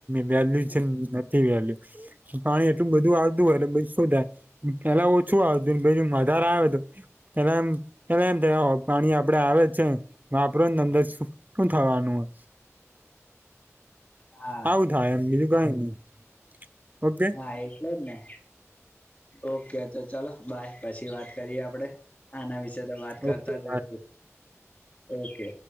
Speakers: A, on the right (about 30°); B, on the left (about 30°).
A: વેલ્યુ છે નથી વેલ્યુ પાણી એટલું બધું આવતું હોય તો શું થાય પેલા ઓછું શું આવતું જ વધારે આવે તો પેલા એમ પેલા એમ કે પાણી આપડે આવે છે વાપરો તમને શું થવાનું હે
B: <inaudible> હા
A: આવું થાય એમ બીજું કાય નઈ ઓકે
B: હા એટલે જ ને ઓકે તો ચલો બાય પછી વાત કરીએ આપણે આના વિશે તો વાત કરતા
A: ઓકે
B: જ
A: બાય
B: રહિશું ઓકે